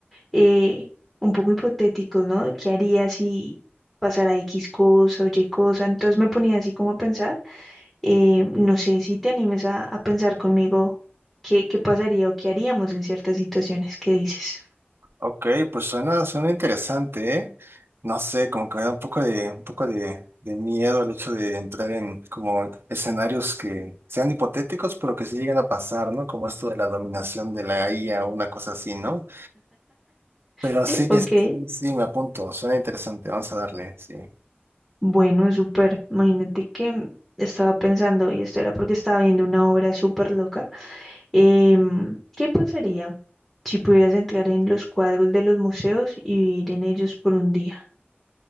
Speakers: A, in the centre; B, on the right.
A: eh, un poco hipotéticos, ¿no? ¿Qué haría si pasara X cosa o Y cosa? Entonces me ponía así como a pensar, eh, no sé si te animes a, a pensar conmigo qué, qué pasaría o qué haríamos en ciertas situaciones. ¿Qué dices?
B: Ok, pues suena, suena interesante, ¿eh? No sé, como que me da un poco de, un poco de, de miedo el hecho de entrar en como escenarios que sean hipotéticos, pero que sí lleguen a pasar, ¿no? Como esto de la dominación de la IA o una cosa así, ¿no? Pero
A: <laughs>
B: sí,
A: Ok.
B: es- sí, sí, me apunto, suena interesante, vamos a darle, sí.
A: Bueno, súper. Imagínate que estaba pensando, y esto era porque estaba viendo una obra súper loca. em, ¿qué pasaría si pudieras entrar en los cuadros de los museos y vivir en ellos por un día?